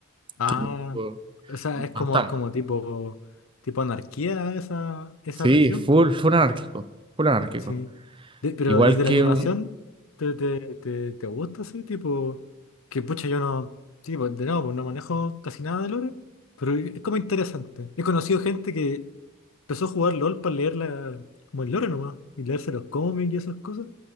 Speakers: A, on the left; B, on the right.
A: Ah,
B: que es un tipo-
A: o sea,
B: un
A: es
B: fantasma.
A: como, es como tipo, tipo anarquía esa, esa
B: Sí,
A: región,
B: full,
A: pues.
B: full anárquico, full anárquico.
A: Sí. De- pero,
B: Igual
A: ¿y de
B: que
A: la animación?
B: un...
A: ¿Te, te, te, te gusta así? Tipo, que pucha, yo no, tipo, de nuevo, pues no manejo casi nada de lore, pero es como interesante. He conocido gente que empezó a jugar LOL para leer la, como el lore nomás, y leerse los cómics y esas cosas.